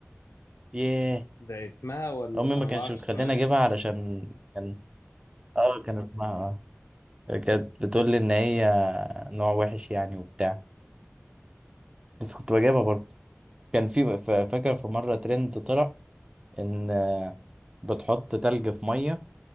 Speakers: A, on the right; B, on the left.
A: ياه
B: ده اسمها ولا
A: امي
B: أنا
A: ما كانش
B: معرفش
A: بتخليني
B: اسمها إيه
A: اجيبها علشان كان اه كان اسمها اه كانت بتقول لي ان هي نوع وحش يعني وبتاع بس كنت بجيبها برضه كان في ف- فاكر في مره ترند طلع ان آه، بتحط تلج في ميه